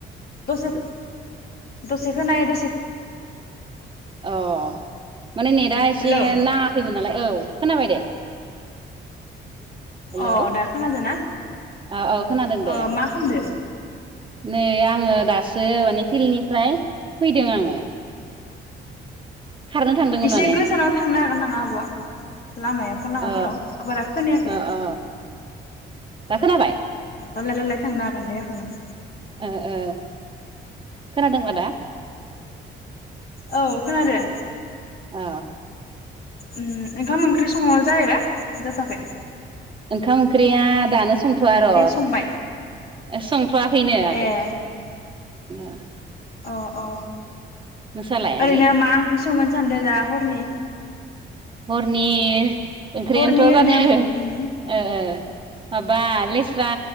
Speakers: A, on the left; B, on the right.
A: दसे
B: ओ
A: द'से खोनायो द'से
B: औ माने नेटआ एसे
A: हेलौ
B: नाङाखैमोन नालाय औ खोनाबाय दे हेलौ
A: ओ दा खोनादो ना
B: औ औ खोनादों दे
A: ओ
B: आगै
A: मा खामदो?
B: नै आङो दासो माने फिलनिफ्राय फैदों आङो खारनो थांदोंमोन
A: एसे
B: माने
A: गोजानाव थांनो हागोन नामा आब'आ लामायाव लामाफोराव
B: अ
A: बारा खोनायाखै
B: अ अ दा खोनाबाय?
A: रलाय रलाय थांनो हागोन दे आख' नों
B: ओ ओ खोनादोंबा दा?
A: औ खोनादों।
B: ओ
A: ओम ओंखाम ओंख्रि संनो जायोबा जथ'वाखै
B: ओंखाम ओंख्रि बेया दानो संथ'वा र
A: संबाय
B: संथवा खैनो आगै
A: ए
B: ओ
A: अ अ
B: नोंसालाय
A: ओरैनो
B: आगै
A: मा ओंख्रि संगोन सानदों दा हरनि?
B: हरनि ओंख्रियानोथ'
A: हरनि ओरैनो
B: जादो
A: उम
B: ओ ओ। माबा लेस्रा